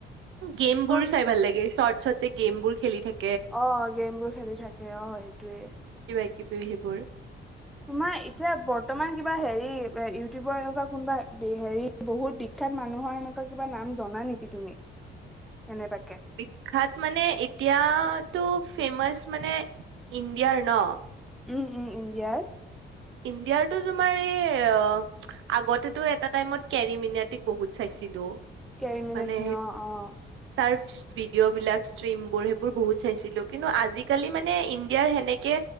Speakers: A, on the right (about 80°); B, in the centre.
A: । গেম
B: কি কয়
A: বোৰ চাই ভাল লাগে শ্বৰ্ট শ্বৰ্ট যে গেমবোৰ খেলি থাকে
B: অ' গেমবোৰ খেলি থাকে অ' সেইটোয়ে।
A: কিবা কিবি সেইবোৰ ।
B: তোমাৰ এতিয়া বৰ্তমান কিবা হেৰি ইউটিউবৰ এনে কোনোবা কোনোবা হেৰি বহুত বিখ্যাত মানুহৰ এনেকুৱা কিবা নাম জনা নেকি তুমি? কেনেবাকে
A: বিখ্যাত মানে এতিয়া টো ফেমাচ মানে ইণ্ডিয়াৰ ন'
B: উম-উম ইণ্ডিয়াৰ
A: ইণ্ডিয়াৰটো তোমাৰ এই আগতেতো এটা টাইমত কেৰি মিনিতিক বহুত চাইছিলো।
B: কেৰিমিনতি
A: মানে
B: অ', - অ' ।
A: তাৰ ভিডিঅ' বিলাক ষ্ট্ৰিম বোৰ সেইবোৰ বহুত চাইছিলো । কিন্তু আজিকালি মানে ইণ্ডিয়াৰ সেনেকে